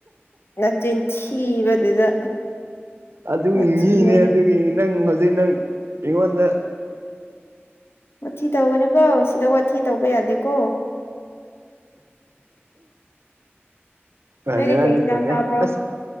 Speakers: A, on the left (about 70°); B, on the right (about 75°).
A: ꯅꯆꯤꯟ ꯊꯤꯕꯗꯨꯗ
B: ꯑꯗꯨꯒꯤ
A: ꯋꯥꯊꯤ
B: ꯃꯤꯅꯦ
A: ꯋꯥꯔꯦꯝ
B: ꯑꯗꯨꯒꯤ ꯅꯪ ꯍꯧꯖꯤꯛ ꯅꯪ ꯑꯩꯉꯣꯟꯗ
A: ꯋꯥꯊꯤ ꯇꯧꯒꯅꯨꯀꯣ ꯁꯤꯗ ꯋꯥꯊꯤ ꯇꯧꯕ ꯌꯥꯗꯦꯀꯣ
B: ꯃꯥꯅꯤ
A: ꯅꯣꯏꯗꯤ
B: ꯃꯥꯅꯤ
A: ꯀꯩ ꯏꯟꯖꯥꯡ
B: ꯆꯨꯝꯃꯦ
A: ꯆꯥꯕ꯭ꯔꯣ
B: ꯑꯁ